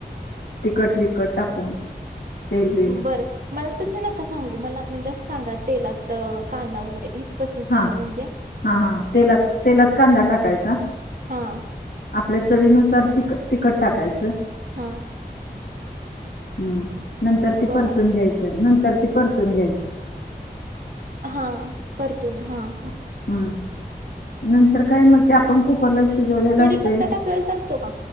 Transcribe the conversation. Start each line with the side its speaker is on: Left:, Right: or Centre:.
Left: तिखट बिकट टाकून तेलबिल
Right: बर मला तस नका सांगू मला म्हणजे असं सांगा तेलात कांदा वगैरे इथपासन
Left: हा
Right: सांगा म्हणजे
Left: हा हा तेलात तेलात कांदा टाकायचा?
Right: हा
Left: आपल्या चवीनुसार ती तिखट टाकायचं.
Right: हा!
Left: हूं नंतर ती
Right: बर
Left: परतून घ्यायचं नंतर ती परतून घ्याय
Right: हां परतून हां.
Left: हूं नंतर काय म ते आपण कुकरला शिजवलेल
Right: कडीपत्ता
Left: असतय
Right: टाकलेला चालतो का